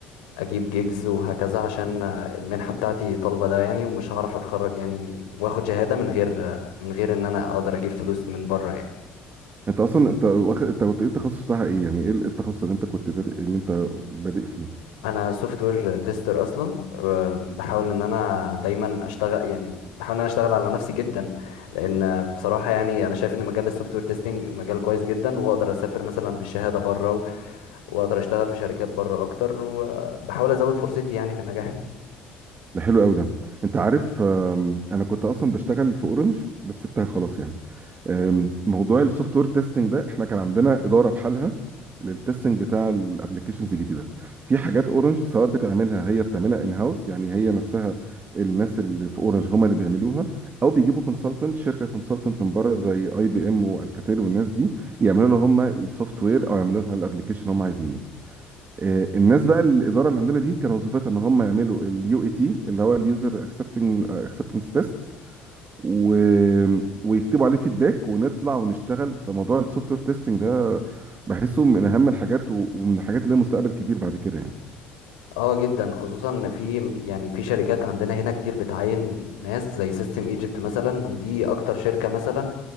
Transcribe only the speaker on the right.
انت اصلا انت واخد انت كنت ايه التخصص بتاعها ايه يعني ايه التخصص اللي انت كنت بادئ اللي انت بادئ فيه
ده حلو قوي ده انت عارف آم، انا كنت اصلا بشتغل في اورنج بس سبتها خلاص يعني أم، موضوع السوفت وير تيستنج ده احنا كان عندنا اداره بحالها للتستنج بتاع الابلكيشنز الجديده في حاجات اورنج سواء بتعملها هي بتعملها ان هاوس يعني هي نفسها الناس اللي في اورنج هم اللي بيعملوها او بيجيبوا كونسلتنت شركه كونسلتنت من بره زي اي بي ام والكاتيل والناس دي يعملوا لها هم السوفت وير او يعملوا لها الابلكيشن هم عايزينه آه، الناس بقى الاداره اللي عندنا دي كان وظيفتها ان هم يعملوا اليو اي تي اللي هو اليوزر اكسبتنج اكسبتنس تيست و... ويكتبوا عليه فيدباك ونطلع ونشتغل فموضوع السوفت وير تيستنج ده بحسه من اهم الحاجات و... ومن الحاجات اللي لها مستقبل كبير بعد كده يعني